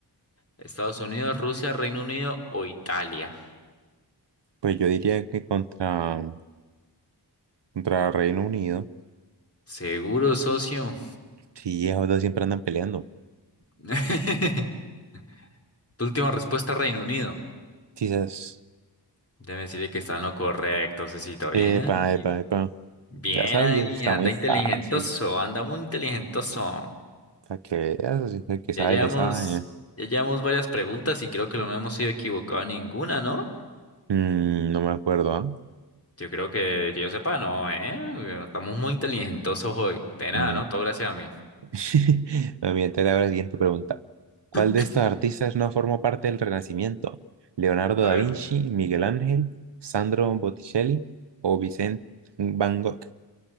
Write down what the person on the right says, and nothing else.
Pues yo diría que contra, contra Reino Unido.
Sí, esos dos siempre andan peleando.
Quizás.
Epa,
epa, epa.
Ya sabía,
eso está
muy
fácil.
Para que veas, así que el que sabe
le sabe.
Mm, no me acuerdo, ¿ah?
A ver.
<laughs> Me voy a enterar ahora la siguiente pregunta. ¿Cuál
de estos artistas no formó parte del Renacimiento? ¿Leonardo
da
Vinci, Miguel Ángel, Sandro Botticelli o Vicente Van Gogh?